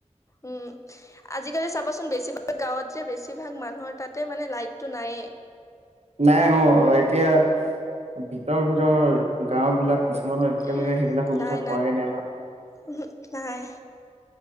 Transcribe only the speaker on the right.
নাই অ এতিয়া ভিতৰ ভিত ৰ গাও বিলাক কিছুমানৰ
এতিয়ালৈকে সেইবিলাক সুবিধা
পোৱাগে নাই আৰু